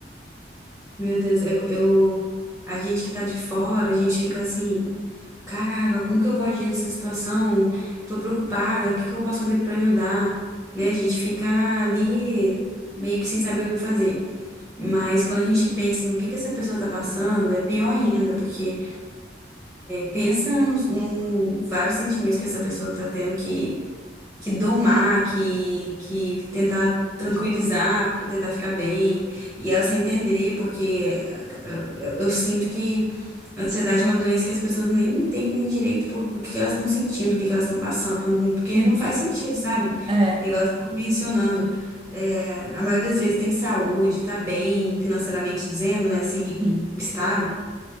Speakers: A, in the centre; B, on the right.
A: Meu Deus. Eu, eu- A gente que tá de fora, a gente fica assim, caraca, como que eu vou agir nessa situação? Tô preocupada, o que que eu posso fazer pra ajudar? Né? A gente fica ali meio que sem saber o que fazer. Mas quando a gente pensa no que que essa pessoa tá passando, é pior ainda, porque Pensa nos no vários sentimentos que essa pessoa tá tendo que, que domar, que, que tentar tranquilizar para tentar ficar bem. E ela sem entender, porque eh, eu, eu sinto que a ansiedade é uma doença que as pessoas nem entendem direito por, o que que elas estão sentindo, o que que elas estão passando, porque
B: Sim.
A: não faz sentido, sabe?
B: É,
A: É igual eu tava mencionando. eh, a maioria das vezes tem saúde, tá bem financeiramente dizendo, né, assim,
B: hum.
A: estável.